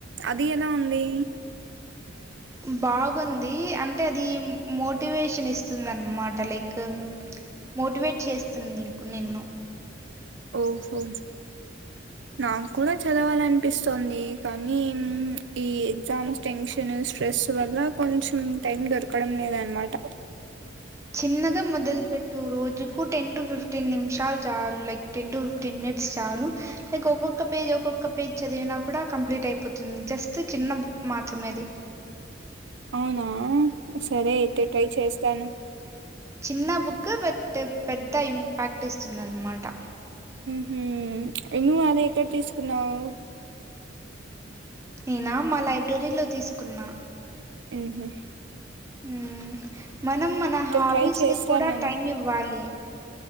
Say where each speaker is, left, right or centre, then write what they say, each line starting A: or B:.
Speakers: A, on the right (about 75°); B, on the right (about 15°).
A: అది ఎలా ఉంది
B: అ బాగుంది అంటే అది మోటివేషన్ ఇస్తుంది అన్నమాట లైక్ మోటివేట్ చేస్తుంది నీకు నిన్ను
A: ఓహో నాకు కూడా చదవాల అనిపిస్తుంది కానీ ఈ ఎగ్జామ్స్ టెన్షన్ స్ట్రెస్ వల్ల కొంచెం టైం దొరకడం లేద అనమాట
B: చిన్నగా మొదలు పెట్టు రోజు టెన్ టు ఫిఫ్టీన్ నిమిషాలు చాలు like ten to fifteen minutes చాలు లైక్ ఒక్కొక్క పేజ్ ఒక్క పేజ్ చదివినా కూడా కంప్లీట్ అయిపోతుంది జస్ట్ చిన్న బుక్ మాత్రమేది
A: అవునా సరే అయితే ట్రై చేస్తాను
B: చిన్న బుక్ బట్ పెద్ద ఇంపాక్ట్ ఇస్తుందినమాట
A: హ ను ను్వు అది ఎక్కడ తీసుకున్నావు
B: నేనా మా లైబ్రరీలో తీసుకున్నా
A: మ్మ్ హ్మ్
B: హ్మ్ మనం మన హాబీస్
A: ట్రై చేస్తాను
B: ని కూడా
A: నేను
B: టైం ఇవ్వాలి